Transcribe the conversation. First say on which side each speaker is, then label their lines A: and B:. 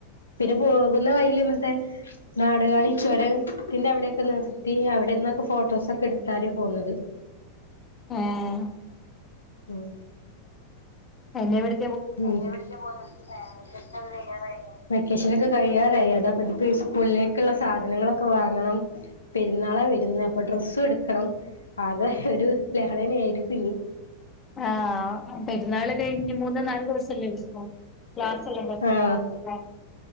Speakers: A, on the left; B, on the left.
A: പിന്നെ പോകുന്ന വഴിയിലിന്ന്ട്ട് <unintelligible> നാടുകാണി ചൊരം ത്തിന്റെ അവിടൊക്കെ നിർത്തി അവിടെന്നൊക്കെ ഫോട്ടോസൊക്കെ എട്ത്താരെ പോന്നത്
B: ഏ ഹ്
A: ഉം
B: എന്നെവിട്
A: <unintelligible> ഇവിടേക്ക് പോന്നു വെക്കേഷൻ ഒക്കെ കഴിയാറായില്ലേ വെക്കേഷൻ നൊക്കെ കഴിയാറായി അതാപ്പ സ്കൂളിലേക്ക്ള്ള സാധനങ്ങളൊക്കെ വാങ്ങണം പെരുന്നാളാ വരുന്നേ അപ്പൊ ഡ്രസ്സും എടുക്കണം ആകെ ഒരു ലഹളേനേയിരിക്കും ഇനി
B: ആഹ് പെരുന്നാള് കഴിഞ്ഞു മു ന്ന്നാല് ദിവസല്ലേ <unintelligible> ക്ലാസെല്ലെ <unintelligible>
A: ആഹ്